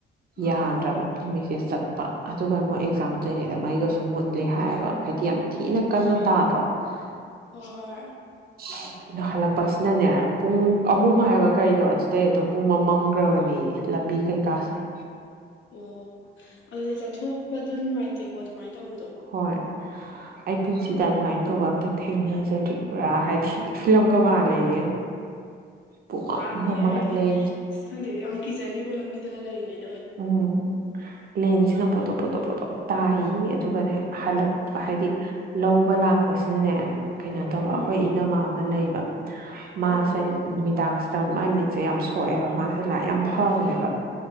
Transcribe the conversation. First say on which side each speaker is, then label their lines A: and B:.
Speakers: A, on the right; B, on the left.
A: ꯌꯥꯗ꯭ꯔꯕ
B: ꯑꯥ
A: ꯂꯝꯕꯤꯁꯦ ꯆꯠꯄ ꯑꯗꯨꯒ ꯃꯣꯏ ꯑꯦꯛꯖꯥꯝ ꯇꯧꯔꯤꯉꯩꯗ ꯃꯩꯒꯁꯨ ꯃꯨꯠꯂꯦ ꯍꯥꯏꯌꯦꯕ ꯍꯥꯏꯗꯤ ꯌꯥꯝ ꯊꯤꯅ ꯀꯟꯅ ꯇꯥꯗ꯭ꯔꯣ ꯑ
B: ꯍ‌ꯣ ꯍꯣꯏ
A: <inaudible> ꯍꯜꯂꯛꯄꯁꯤꯅꯅꯦ ꯄꯨꯡ ꯑꯍꯨꯝ ꯍꯥꯏꯕ ꯀꯔꯤꯗꯣ ꯑꯗꯨꯗꯩ ꯑꯗꯨꯝ ꯄꯨꯡꯃꯝ ꯃꯝꯈ꯭ꯔꯕꯅꯤ ꯀꯩꯀꯥꯥꯁꯦ <inaudible>
B: ꯑꯣ ꯑꯗꯨꯗꯤ ꯆꯠꯊꯣꯛꯄꯗ ꯅꯨꯡꯉꯥꯏꯇꯦꯀꯣ ꯑꯗꯨꯃꯥꯏꯅ ꯇꯧꯕꯗꯣ
A: ꯍꯣꯏ ꯑꯩ ꯄꯨꯟꯁꯤꯗ ꯑꯗꯨꯃꯥꯏꯅ ꯇꯧꯕ ꯑꯝꯇ ꯊꯦꯡꯅꯖꯗ꯭ꯔꯤ ꯄꯨꯔꯥ ꯍꯥꯏꯗꯤ ꯐꯤꯂꯝꯒ ꯃꯥꯜꯂꯦꯌꯦ ꯄꯨꯡꯃꯝ
B: ꯃꯥꯅꯤ
A: ꯃꯝꯃꯒ
B: ꯍꯥꯏꯗꯤ
A: ꯂꯦꯟ
B: ꯈꯪꯗꯦ ꯌꯥꯝ ꯀꯤꯖꯅꯤꯕꯣ ꯂꯝꯕꯤꯗꯒ ꯂꯩꯔꯤꯉꯩ
A: ꯎꯝ ꯂꯦꯟꯁꯤꯅ ꯄꯣꯠꯇꯣ ꯄꯣꯇꯣ ꯄꯣꯠꯇꯣꯛ ꯇꯥꯏꯌꯦ ꯑꯗꯨꯒꯅꯦ ꯍꯜꯂꯛꯄ
B: ꯑꯣ
A: ꯍꯥꯏꯗꯤ ꯂꯧꯕ ꯂꯥꯛꯄꯁꯤꯅꯅꯦ ꯀꯩꯅꯣ ꯇꯧꯕ
B: ꯎꯝ
A: ꯑꯩꯈꯣꯏ ꯏꯅꯝꯃꯥ ꯑꯃ ꯂꯩꯕ ꯃꯥ
B: ꯎꯝ
A: <inaudible> ꯁꯦ ꯅꯨꯃꯤ ꯇꯥꯛꯁ ꯃꯥꯏ ꯃꯤꯠꯁꯦ ꯌꯥꯝ ꯁꯣꯛꯑꯦꯕ ꯃꯥꯁꯦ ꯂꯥꯏꯔꯤꯛ ꯌꯥꯝ ꯐꯕꯅꯦꯕ